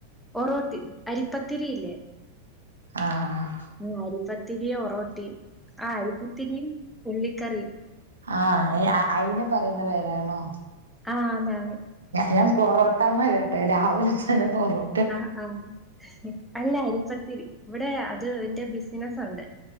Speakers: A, in the centre; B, on the right.
A: ഓറോട്ടി അരിപ്പത്തിരിയില്ലേ?
B: ആഹ് ആഹ്
A: ആഹ് അരിപ്പത്തിരിയും ഒറോട്ടിയും ആഹ് അരിപ്പത്തിരിയും ഉള്ളിക്കറിം
B: ആഹ് അയിന് പറയുന്ന പേരാണോ?
A: ആഹ് അതാണ്
B: ഞാൻ പൊറോ പെട്ടന്ന് കേട്ടെ രാവിലെതന്നെ പൊന്നൂ
A: ആഹ് ആഹ് അല്ല അരിപ്പത്തിരി ഇവിടെ അത് ന്റെ ബിസിനസ് ഉണ്ട്